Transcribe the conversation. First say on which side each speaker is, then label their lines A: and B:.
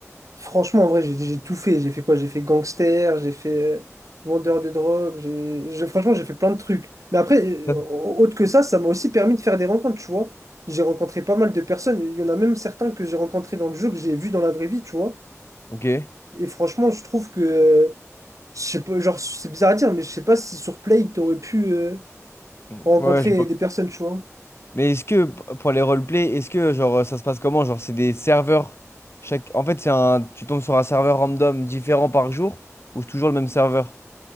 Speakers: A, on the right; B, on the left.
A: Franchement, en vrai, j'ai j'ai tout fait. J'ai fait quoi? J'ai fait gangster, j'ai fait euh, vendeur de drogue, j'ai, j'ai- franchement, j'ai fait plein de trucs. Mais après,
B: Ça.
A: euh, au- autre que ça, ça m'a aussi permis de faire des rencontres, tu vois. J'ai rencontré pas mal de personnes. Il y en a même certains que j'ai rencontrés dans le jeu, que j'ai vus dans la vraie vie, tu vois.
B: Ok.
A: Et franchement, je trouve que, euh, je sais pas, genre, c'est bizarre à dire, mais je sais pas si sur Play, t'aurais pu euh,
B: Ouais,
A: rencontrer
B: je vois.
A: des personnes, tu vois.
B: Mais est-ce que p- pour les roleplay, est-ce que genre ça se passe comment? Genre c'est des serveurs chaque en fait c'est un tu tombes sur un serveur random différent par jour ou c'est toujours le même serveur?